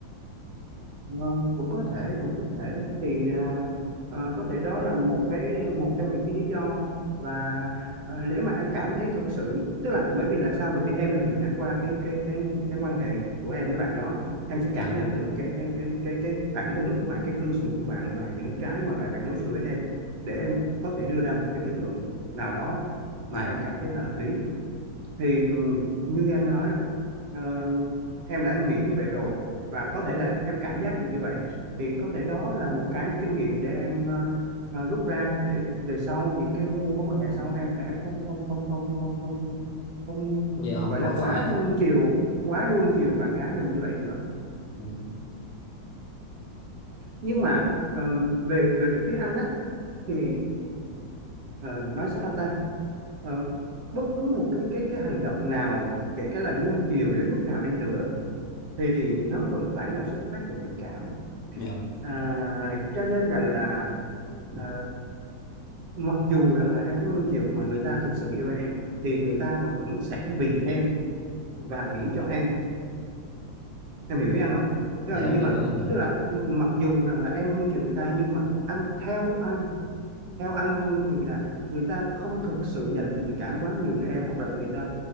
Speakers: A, on the right; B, on the left.
A: Ờ, cũng có
B: Dạ
A: thể cũng có thể thì à, à, có thể đó là một cái một trong những cái lý do và à, nếu mà em cảm thấy thực sự tức là bởi vì là sao bởi vì em là người trải qua cái cái cái cái quan hệ của em với bạn đó em sẽ
B: nhờ
A: cảm nhận được cái cái cái cái cái phản ứng của bạn cái cư xử của bạn và những cái mà bạn đối xử với em để em có thể đưa ra một cái kết luận nào đó mà
B: nhờ
A: em cảm thấy là hợp lý thì như em nói đó, ờ, em đã nghĩ như vậy rồi và có thể là em cảm giác được như vậy thì có thể đó là một cái kinh nghiệm để em ờ, ờ, rút ra để về sau những cái mối, mối quan hệ sau em sẽ không không không không không không không
B: nhờ
A: gọi
B: không
A: là
B: mắc
A: quá
B: phải không
A: nuông chiều quá nuông chiều bạn gái mình như vậy nữa
B: Ừ,
A: nhưng mà ờ, về về phía anh á thì ờ, nói sao ta Ờ, bất cứ một cái cái cái hành động nào kể cả là nuông chiều đến mức nào đi nữa thì nó vẫn phải là xuất phát từ tình cảm
B: nhờ
A: à, cho nên rằng là à, mặc dù rằng là em có luôn chiều mà người ta thực sự yêu em thì người ta vẫn sẽ vì em và nghĩ cho em em hiểu ý anh không tức
B: dạ
A: là,
B: em
A: nhưng
B: hiểu
A: mà
B: em hiểu
A: tức là mặc dù rằng là em luôn chiều người ta nhưng mà anh theo anh theo anh thì là người ta không thực sự dành tình cảm quá nhiều cho em hoặc là người ta